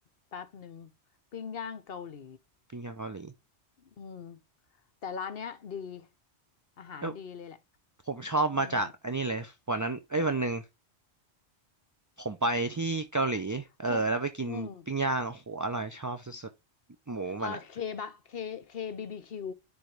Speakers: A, on the left (about 60°); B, on the right (about 30°).
A: แป๊บหนึ่งปิ้งย่างเกาหลี
B: ปิ้งย่างเกาหลี
A: อืมแต่ร้านเนี้ยดีอาหารดีเลยแหละ
B: เออผมชอบมาจากอันนี้เลยวันนั้นเอ้ยวันหนึ่ง
A: อืม
B: ผมไปที่เกาหลีเออแล้วไปกินปิ้งย่างโอ้โหอร่อยชอบสุดๆหมูมันอะ
A: เคอืมเอ่อเคบะเคเคบีบีคิว